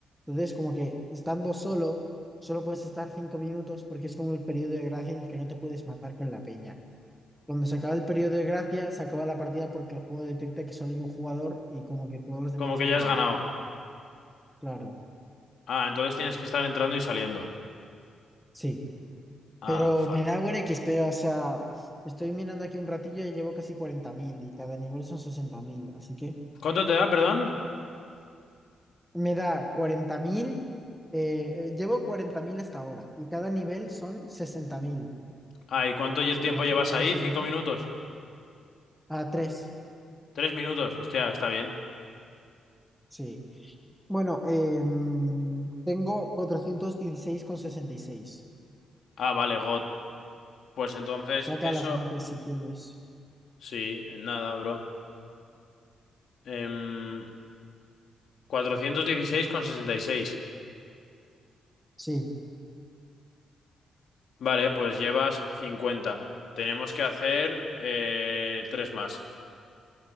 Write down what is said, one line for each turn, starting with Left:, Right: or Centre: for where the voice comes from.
Centre: Entonces, como que estando solo, solo puedes estar cinco minutos porque es como el periodo de gracia en el que no te puedes matar con la peña. Cuando se acaba el periodo de gracia, se acaba la partida porque el juego detecta que solo hay un jugador y como que todos los demás
Left: Como
Centre: ya
Left: que
Centre: hubieron
Left: ya has ganado.
Centre: muerto. Claro,
Left: Ah, entonces tienes que estar entrando y saliendo.
Centre: sí.
Left: Ah,
Centre: Pero
Left: fuck.
Centre: me da buen XP, o sea, estoy mirando aquí un ratillo y llevo casi 40.000 y cada nivel son sesenta mil así que
Left: ¿Cuánto te da, perdón?
Centre: me da 40.000, eh, eh, llevo 40.000 hasta ahora y cada nivel son sesenta mil
Left: Ah, ¿y cuánto
Centre: entonces
Left: lle- tiempo
Centre: que me ha
Left: llevas
Centre: frenado
Left: ahí?
Centre: casi
Left: ¿Cinco
Centre: en-
Left: minutos?
Centre: a 3,
Left: ¿Tres minutos? Hostia, está bien.
Centre: sí. Bueno, em, tengo cuatrocientos dieciséis con sesenta y seis
Left: Ah, vale, God. Pues entonces,
Centre: saca
Left: eso...
Centre: las mates si quieres.
Left: Sí, en nada, bro. Em... cuatrocientos dieciséis con sesenta y seis.
Centre: Sí,
Left: Vale, pues llevas 50. Tenemos que hacer eh, tres más.